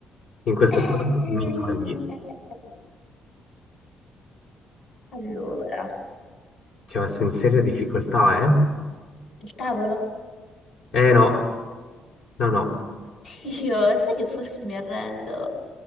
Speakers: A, on the left; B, on the left.
A: In questo
B: Eh,
A: caso
B: eh, eh,
A: mi tagli.
B: eh. eh, eh. Allora,
A: Cioè, sei in seria difficoltà,
B: il tavolo?
A: eh? Eh no, no, no.
B: Dio, sai che forse mi arrendo.